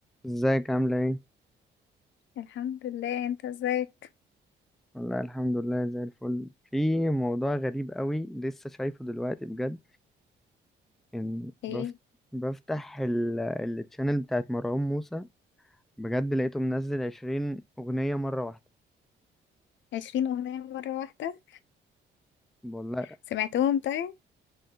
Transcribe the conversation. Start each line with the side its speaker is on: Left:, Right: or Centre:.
Centre: ازيك عاملة ايه؟
Left: الحمد لله انت ازيك
Centre: والله الحمد لله زي الفل في موضوع غريب قوي لسه شايفه دلوقتي بجد ان
Left: ايه
Centre: بفت... بفتح ال... التشانل بتاعت مروان موسى بجد لقيته منزل عشرين أغنية مرة واحدة
Left: عشرين اغنية مرة واحدة
Centre: والله
Left: سمعتهم طيب